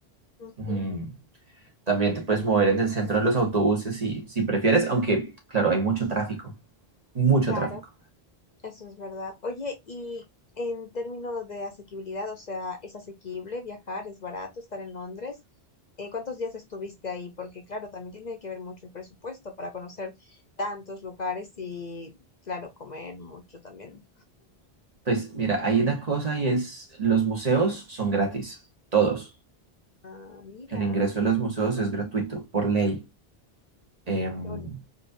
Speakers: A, on the left (about 45°); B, on the right (about 40°).
A: Ujú,
B: Mm, También te puedes mover en el centro en los autobuses si, si prefieres, aunque, claro, hay mucho tráfico, mucho
A: claro.
B: tráfico.
A: Eso es verdad. Oye, y en términos de asequibilidad, o sea, ¿es asequible viajar? ¿Es barato estar en Londres? Eh, ¿cuántos días estuviste ahí? Porque claro, también tiene que ver mucho el presupuesto para conocer tantos lugares y, claro, comer mucho también.
B: Pues mira, hay una cosa y es, los museos son gratis, todos.
A: Ah, mira,
B: El ingreso
A: no,
B: a los museos es gratuito, por ley. Em,
A: qué bonito.